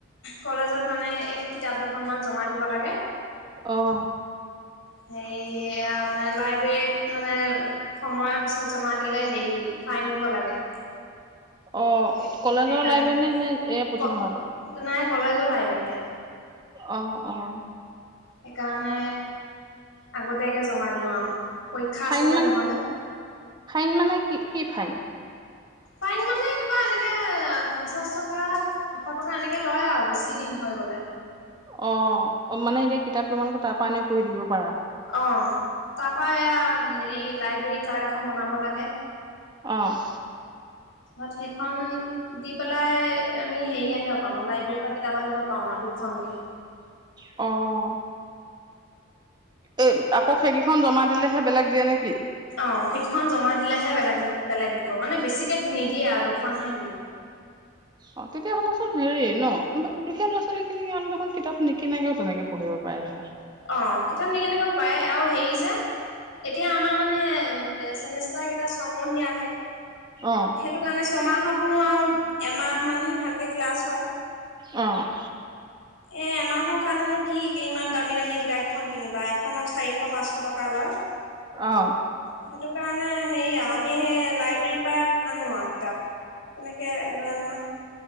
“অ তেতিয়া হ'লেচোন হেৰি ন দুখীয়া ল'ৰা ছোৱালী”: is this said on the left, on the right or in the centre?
Right